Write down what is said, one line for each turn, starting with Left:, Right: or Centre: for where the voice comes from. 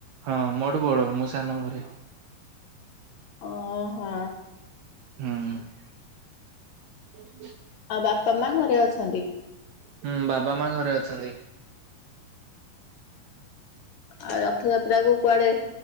Right: ହଁ ମୋଠୁ ବଡ଼ ମୁଁ ସାନ ଘରେ।
Left: ଓ ହୋ।
Right: ହୁଁ।
Left: ଆଉ ବାପା ମା ଘରେ ଅଛନ୍ତି?
Right: ହୁଁ ବାବା ମା ଘରେ ଅଛନ୍ତି।
Left: ଆଉ ରଥଯାତ୍ରା କୁ କୁଆଡେ